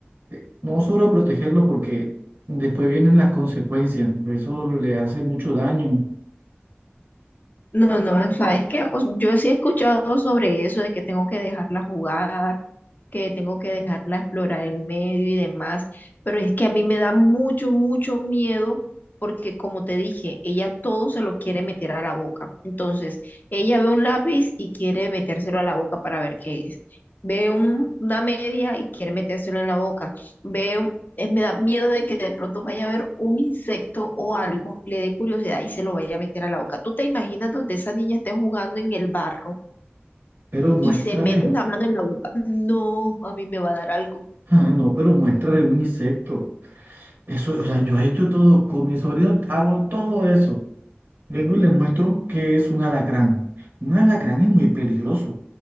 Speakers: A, on the right; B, on the left.
A: Eh, No solo protegerlo porque después vienen las consecuencias. Eso le hace mucho daño
B: No, no, sabes que yo sí he escuchado sobre eso de que tengo que dejarla jugar, que tengo que dejarla explorar el medio y demás, pero es que a mí me da mucho, mucho miedo porque como te dije, ella todo se lo quiere meter a la boca. Entonces, ella ve un lápiz y quiere metérselo a la boca para ver qué es. Ve un- una media y quiere metérselo en la boca. Ve un- eh, me da miedo de que de pronto vaya a ver un insecto o algo, le dé curiosidad y se lo vaya a meter a la boca. ¿Tú te imaginas donde esa niña esté jugando en el barro?
A: Pero muéstrale,
B: y se mete la mano en la boca. No, a mí me va a dar algo.
A: ah, no, pero muéstrale un insecto. Eso, o sea, yo he hecho todo, con mi sobrino hago todo eso. Vengo y les muestro que es un alacrán. Un alacrán es muy peligroso.